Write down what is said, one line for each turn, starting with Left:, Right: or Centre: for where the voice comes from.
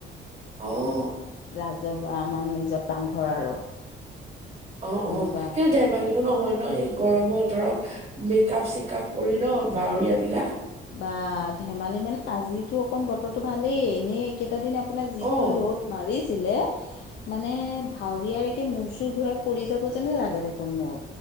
Right: অ।
Left: ৰাজহুৱা আমাৰ নিজৰ নামঘৰ আৰু।
Right: অ
Left: তেনেকুৱা
Right: অ কিন্তু ধেমালিও নহয় ন এই গৰমত ধৰক মেকআপ- চেকাপ কৰি ন বাহৰীয়াবিলা
Left: বা ধেমালি মানে আজিতো অকণ বতৰটো ভালেই এনেই কেইটা দিন আপোনাৰ যিটো
Right: অ
Left: ৰ'দ মাৰিছিলে মানে ভাৱৰীয়াৰকে মূৰ - চূৰ ঘূৰাই পৰি যাব যেনে লাগে দেখোন মোৰ।